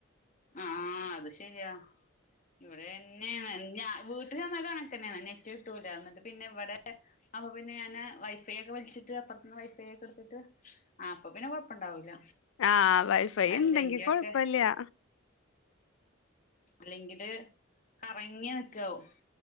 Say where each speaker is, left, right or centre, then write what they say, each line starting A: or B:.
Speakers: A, on the left; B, on the left.
A: ആഹ് അത് ശരിയാ ഇവിടതന്ന്യാണ്‌ ഇല്ല വീട്ടിൽ ചെന്നാലങ്ങനെത്തന്ന്യാണ് നെറ്റ് കിട്ടൂല ന്നിട്ട് പിന്നെ ഇവടെ അപ്പൊ പിന്നെ ഞാന് വൈഫൈ ഒക്കെ വലിച്ചിട്ട് അപ്പുറത്തന്ന് വൈഫൈ ഒക്കെടുത്തിട്ട് ആഹ്അപ്പൊ പിന്നെ കൊഴപ്പണ്ടാവൂല
B: ആഹ് വൈഫൈ
A: അല്ലെങ്കി
B: ഇണ്ടെങ്കി കൊഴപ്പല്ല്യ
A: ഒക്കെ അല്ലെങ്കില് കറങ്ങി നിക്കാവും